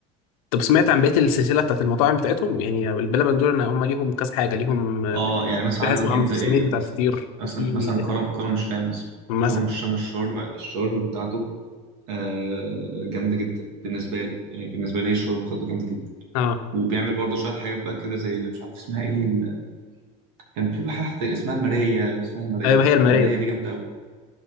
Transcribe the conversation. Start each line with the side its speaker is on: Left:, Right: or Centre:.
Left: طب سمعت عن بقية السلسلة بتاعت المطاعم بتاعتهم يعني البلبن دول أنا هم ليهم كذا حاجة ليهم آه،
Right: اه يعني مثلا
Left: في حاجة
Right: عندك
Left: اسمه
Right: انت
Left: عم سمير
Right: ايه
Left: بتاع
Right: مثلا
Left: الفطير
Right: مثلا
Left: وفي
Right: مثلا كرم كرم الشام مثلا
Left: آه، مثلا
Right: كرم الشام الشاورما الشاورما بتاعته آه جامده جدا بالنسبه لي يعني بالنسبه لي الشاورما بتاعته جامده جدا
Left: اه
Right: وبيعمل برضه شويه حاجات بقى كده زي اللي مش عارف اسمها ايه ال- كان في حاجه اسمها الماريه اسمها الماريه
Left: أيوه هي المارية
Right: الماريه دي جامده قوي